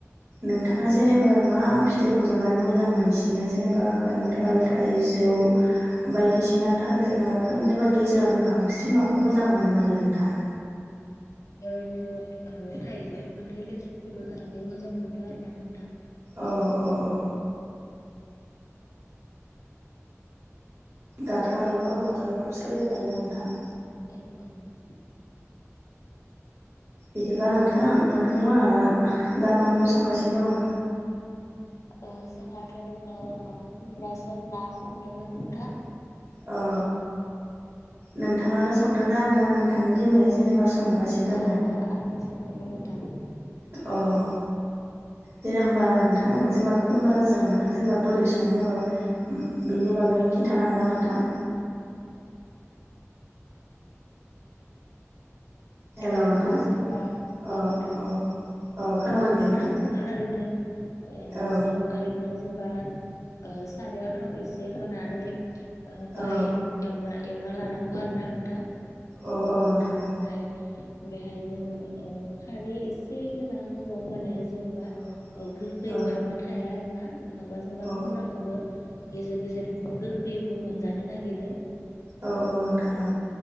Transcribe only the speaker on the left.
औ
ओरैनो ओ थाइजौ मोन लेसु फोरखौबो जानानै मोजां मोनो आरो ना नोंथां।
औ औ
ओ जोंहाथ' र नो खुमब्राजों ना संदोंमोन नोंथां
औ
औ औ आंनो संदोंमोन नोंथां
एमानबो
जेनबा ओ
नोंथां
इमानबो
दाम नङा ओरैनो ओ
जेन ओरैनो जेनबा ओ सारायाव थाव एसे होनानै
बाहाय एवना-एवना लानांगौ आरो ना नोंथां।
हाय बेहायनो खारै एसे होना नांगौ होमबानिया जेनेबा
गोखै
फाबा थाया आरो ना नङाबा जेनेबा
खुमब्राखौबो गेजेर गेजेर बिदिनो गोखैबो मोनजानो नागिरो।